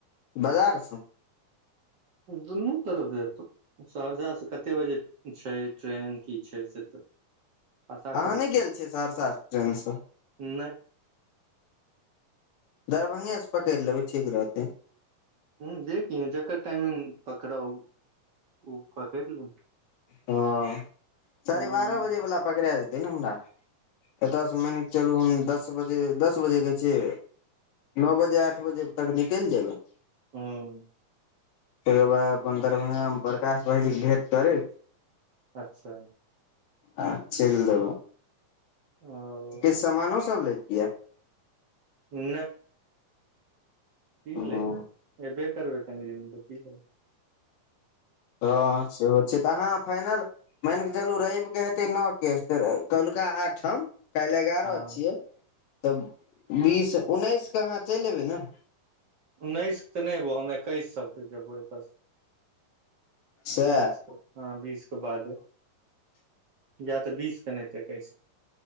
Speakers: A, on the left (about 75°); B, on the right (about 55°).
A: बाजारसँ
B: दुनू तरफ से हेतौ सहरसासँ कतेक बजे छै ट्रेन की छै से तऽ पता करऽ
A: अहाँ नहि
B: पड़
A: गेल छियै सहरसाँ ट्रेनसँ।
B: नहि
A: दरभंगे से पकैड़ लेबै ठीक रहतै
B: हम्म देख लेहीं जकर टाइमिंग पकड़ाउ उ पकैड़ ले।
A: हँ साढ़े
B: ह
A: बारह बजे वला पकड़ाय जेतै ने हमरा। एतऽसँ मानि कऽ चलू हम दस बजे दस बजेके छै। नौ बजे आठ बजे तक निकैल जेबै।
B: हम्म
A: तकर बाद अपन दरभंगामे प्रकाश भाइजीकेँ भेँट करैत
B: अच्छा
A: आ चैल देबै
B: ओ
A: किछु सामानो सब लैके यऽ।
B: नै की
A: हँ
B: लेबय एबे करबै कनी दिनमे त की लेबै
A: हँ सेहो छै तऽ अहाँ फाइनल मानिके चलू रविके हेतै नह केस त कौलका आठम काल्हि एगारह
B: हँ
A: छियै तऽ बीस उन्नैसके अहाँ चलि अयबै ने।
B: उन्नैस के तऽ नहि अयबौ हम एकैस सभ के जेबो एतयसँ।
A: सएह
B: बीस हँ बीसके बादे या तऽ बीसके नहितै एकैस